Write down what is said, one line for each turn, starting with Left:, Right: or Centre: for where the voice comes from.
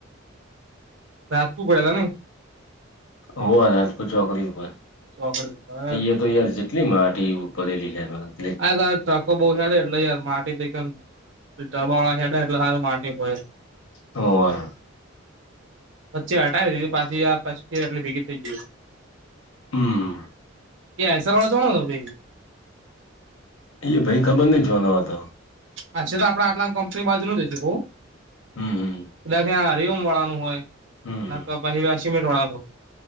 Right: રાજપુર ગળ્યા હતા, નહી.
Left: હો, નાજપુ ચોકડી ઉપર
Right: ચોકડી પર
Left: અ તો યાર છે. એટલી માટી ઉપડેલીખાય
Right: આકો બહ છેેડે એટલે યાર માટી તોમ ટબા વાળા ખેડે એટલે સારી માટી હોય
Left: ઓર
Right: પચ્ચે હટાવ દી પાછીાર પછી એટલે ભેગી થઈ ગાય.
Left: હમ
Right: એસર વાળા ચોો
Left: એય ભાઈ ખબર નહી ચવવા તો
Right: અચ્છી તો આપણે આટલામ કંપની બાજુ ન જ છે.
Left: હમ
Right: દખ હર ઓમ વાળા નું હોય
Left: હમ્મ
Right: ના તો આ પાહ હવે આસમીને ટળ ભુ